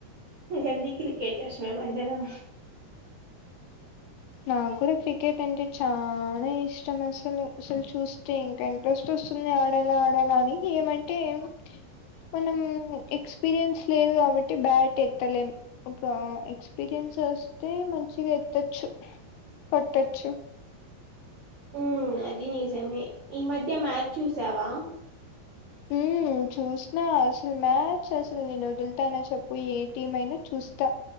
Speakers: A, on the right; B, on the left.
A: గల్లీ క్రికెటర్స్ మేం అందరం.
B: నాక్ గుడా క్రికెట్ అంటే చానా ఇష్టం అసలు అసల్ చూస్తే ఇంకా ఇంట్రెస్ట్ వస్తుం ఆడాల ఆడాలా అని ఏం మంటే ఏం మనమ్, ఎక్స్పీరియన్స్ లేదు గాబట్టి బ్యాట్ ఎత్తలేం, ఒక ఎక్స్పీరియన్స్ స్. ఐతే మంచిగా ఎత్తొచ్చు కట్టొచ్చు.
A: ఉమ్ అది నిజమే, ఈ మధ్య మ్యాచ్ చూసావా.
B: ఊమ్ చూసిన అసలు మ్యాచ్ అసలు నేను ఓదుల్తాన చెప్. పోయి ఏటీం అయినా చూస్తా